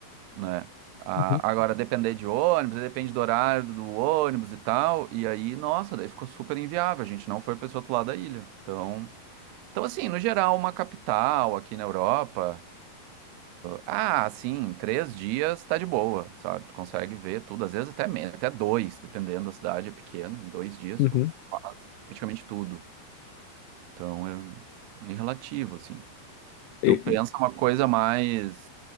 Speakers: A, on the right (about 90°); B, on the left (about 80°).
A: né? Ah,
B: Uhum,
A: agora, depender de ônibus, depende do horário do ônibus e tal, e aí, nossa, daí ficou super inviável, a gente não foi para esse outro lado da ilha. Então, então, assim, no geral, uma capital aqui na Europa, ah, assim, três dias tá de boa, sabe? Tu consegue ver tudo, às vezes até menos, até dois, dependendo da cidade, é pequena, em dois dias
B: uhum.
A: tu faz praticamente tudo. Então, é meio relativo, assim. Tu
B: E-
A: pensa
B: e-
A: uma coisa mais.